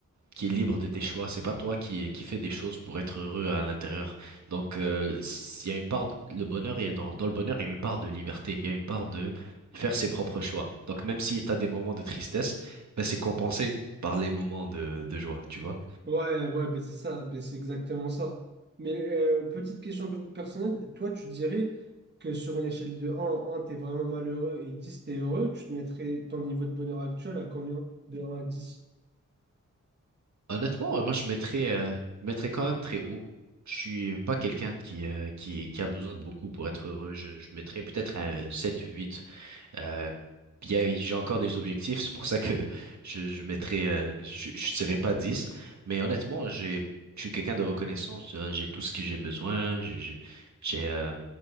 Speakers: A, on the right; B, on the right.
A: qui est libre de tes choix. C'est pas toi qui, qui fait des choses pour être heureux à l'intérieur. Donc, euh, il y a une part, le bonheur, il y a dans, dans le bonheur, il y a une part de liberté. Il y a une part de faire ses propres choix. Donc, même si tu as des moments de tristesse, ben, c'est compensé par les moments de, de joie, tu vois.
B: Ouais, ouais, ben c'est ça, ben c'est exactement ça. Mais euh, petite question un peu plus personnelle, toi tu dirais que sur une échelle de 1 un, t'es vraiment malheureux et 10, t'es heureux, tu te mettrais ton niveau de bonheur actuel à combien? De un à dix
A: Honnêtement, euh, moi, je mettrais, euh, je mettrais quand même très haut. Je suis pas quelqu'un qui, euh, qui, qui a besoin de beaucoup pour être heureux. Je, je mettrais peut-être un 7 ou 8. Euh, puis, il y a- j'ai encore des objectifs, c'est pour ça que je, je mettrai, euh, je, je dirais pas dix. mais honnêtement, j'ai, je suis quelqu'un de reconnaissant, je- j'ai tout ce que j'ai besoin, j'ai, j'ai, j'ai, euh,